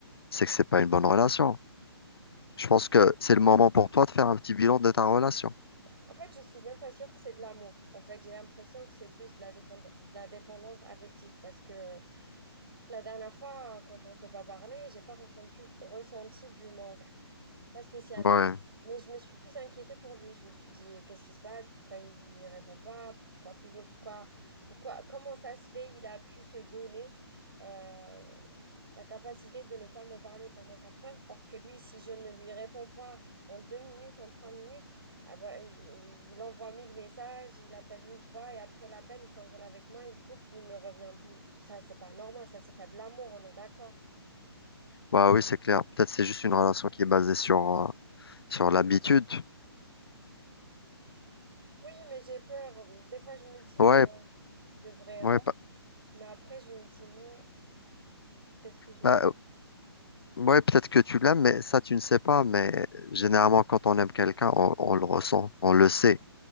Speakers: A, on the left; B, on the right.
A: c'est que c'est pas une bonne relation. Je pense que c'est le moment pour toi de faire un petit bilan de ta relation.
B: En fait, je suis même pas sûre que c'est de l'amour. En fait, j'ai l'impression que c'est plus de la défend- de la dépendance affective parce que la dernière fois, quand on s'est pas parlé, j'ai pas ressenti, ressenti du manque. Pas spécialement.
A: Ouais,
B: Mais je me suis plus inquiétée pour lui. Je me suis dit, qu'est-ce qui se passe? Pourquoi il répond pas? Pourquoi plutôt pourquoi, pourquoi comment ça se fait? Il a pu se donner euh, la capacité de ne pas me parler pendant quatre heures. Or que lui, si je ne lui réponds pas en deux minutes, en trois minutes, ah bah, il, il envoie mille messages, il appelle mille fois et après l'appel, il s'engueule avec moi, il coupe, il ne revient plus. Ça, c'est pas normal. Ça, c'est pas de l'amour. On est d'accord.
A: bah oui, c'est clair. Peut-être c'est juste une relation qui est basée sur, euh, sur l'habitude.
B: Oui, mais j'ai peur. Des fois, je me dis,
A: Ouais,
B: euh, je devrais
A: ouais, pa-
B: Mais après, je me dis non, peut-être que je l'aime.
A: bah, euh, ouais, peut-être que tu l'aimes, mais ça, tu ne sais pas. Mais généralement, quand on aime quelqu'un, on, on le ressent, on le sait.